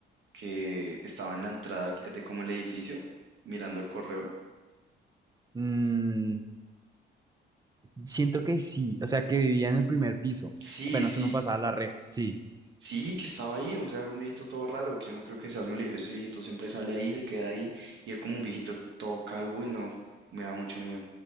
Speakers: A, on the right; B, on the right.
A: que estaba en la entrada de como el edificio mirando el correo?
B: Mm, siento que sí. O sea, que vivía en el primer piso.
A: Sí,
B: Apenas
A: sí,
B: uno pasaba la reja. Sí.
A: sí, que estaba ahí, o sea, era un viejito todo raro, que yo me creo que Sas me lo dijo, ese viejito siempre sale ahí, se queda ahí, y era como un viejito todo calvo y no, me da mucho miedo.